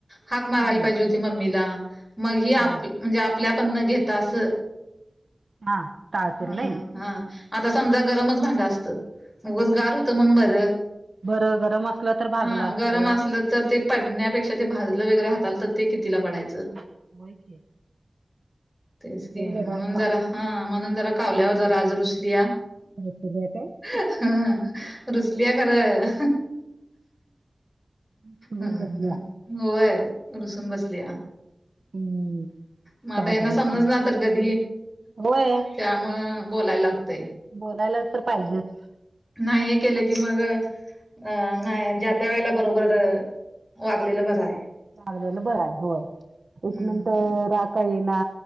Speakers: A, in the centre; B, on the right.
A: हाक मारायला
B: हम्म.
A: पाहिजे होती मम्मीला मग ही
B: हा
A: आपल्या म्हणजे आपण घेता असं.
B: हा टाळतील
A: ह
B: नाही
A: हा आता समजा गरमच भांडं असतं उगच
B: हम्म.
A: गार होत म्हणून बरं
B: बरं गरम असलं तर भाजलं
A: हा
B: असतं.
A: गरम असलं तर ते पडण्यापेक्षा ते भाजलं वगैरे हाताला तर ते कितीला
B: होय
A: पडायचं?
B: होय की
A: तेच कि
B: दोन
A: म्हणून
B: वेगळाच ताप
A: जरा हा म्हणून जरा कावल्यावर जरा आज रुसलीया
B: बसलेली काय
A: हा रुसलिया खरं
B: सुगून
A: हम्म
B: बसल्या.
A: ह होय रुसून बसल्या
B: हम्म.
A: म आता
B: काय
A: यांना
B: करायचं?
A: समजनार तर कधी?
B: होय.
A: त्यामुळं बोलायला लागतय
B: बोलायला तर पाहिजेचं
A: नाही हे केलं की मग अ नाही ज्या त्या वेळेला बरोबर वागलेलं बरं आहे
B: वागलेलं बरं आहे होय
A: हम्म
B: एक मिनटं राग का येईना